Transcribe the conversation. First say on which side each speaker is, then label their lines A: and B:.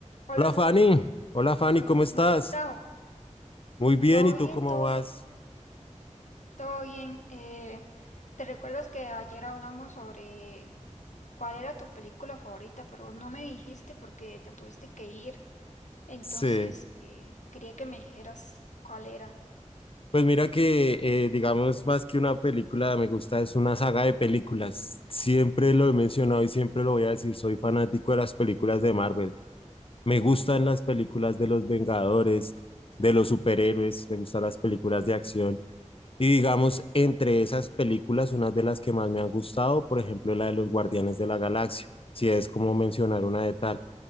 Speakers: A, on the left (about 75°); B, on the left (about 45°).
A: Hola,
B: Hola Fanny, hola Fanny,
A: Stan,
B: ¿cómo
A: ¿cómo
B: estás?
A: has estado?
B: Muy bien,
A: ¿Todo
B: ¿y tú
A: bien?
B: cómo
A: ¿Todo
B: vas?
A: bien? ¿Todo bien? Eh, ¿te recuerdas que ayer hablamos sobre cuál era tu película favorita, pero no me dijiste porque te tuviste que ir? Entonces,
B: Sí,
A: eh, quería que me dijeras cuál era.
B: pues mira que eh, digamos más que una película, me gusta, es una saga de películas. Siempre lo he mencionado y siempre lo voy a decir, soy fanático de las películas de Marvel. Me gustan las películas de los Vengadores, de los superhéroes, me gustan las películas de acción. Y digamos, entre esas películas, una de las que más me han gustado, por ejemplo, la de los Guardianes de la Galaxia, si es como mencionar una de tal.